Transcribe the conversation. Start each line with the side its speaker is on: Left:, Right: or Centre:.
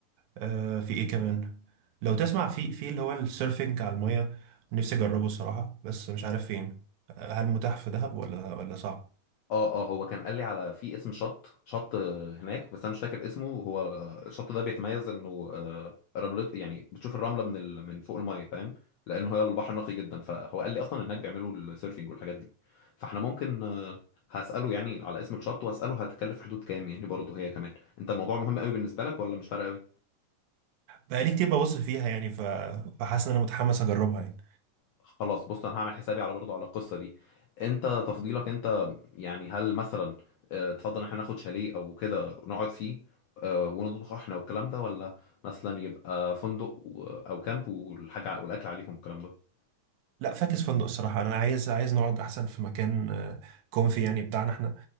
Right: آه في ايه كمان لو تسمع في في اللي هو السيرفنج على الميه نفسي اجربه الصراحه بس مش عارف فين آه، هل متاح في دهب ولا ولا صعب
Left: اه اه هو كان قال لي على في اسم شط شط هناك بس انا مش فاكر اسمه هو الشط ده بيتميز انه آه، رملته يعني بتشوف الرمله من ال... من فوق الميه فاهم لانه هي البحر نقي جدا فهو قال لي اصلا هناك بيعملوا السيرفنج والحاجات دي فاحنا ممكن آه، هساله يعني على اسم الشط واساله هتكلف حدود كام يعني برضه هي كمان انت الموضوع مهم قوي بالنسبه لك ولا مش فارقه
Right: بقالي كتير ببص فيها يعني ف... فحاسس ان انا متحمس اجربها يعني
Left: خلاص بص انا هعمل حسابي على برضو على القصه دي انت تفضيلك انت يعني هل مثلا آه، تفضل ان احنا ناخد شاليه او كده نقعد فيه آه، ونطبخ احنا والكلام ده ولا مثلا يبقى فندق و- او كامب والحاجه والاكل عليهم والكلام ده
Right: لا فاكس فندق الصراحه انا عايز عايز نقعد احسن في مكان كونفي يعني بتاعنا احنا